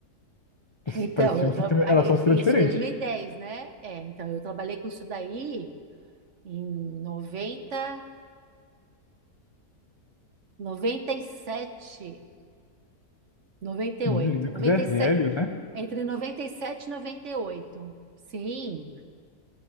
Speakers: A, on the left; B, on the right.
A: <laughs> Isso
B: Então,
A: Parecia
B: eu
A: um
B: trabalhei
A: sistema, era só um sistema
B: isso
A: diferente.
B: dois mil e dez, né? É, então eu trabalhei com isso daí em noventa, noventa noventa e e sete, noventa e
A: Linux
B: oito, noventa
A: é velho,
B: e sete,
A: né?
B: entre 90 e sete e e noventa e oito. Sim,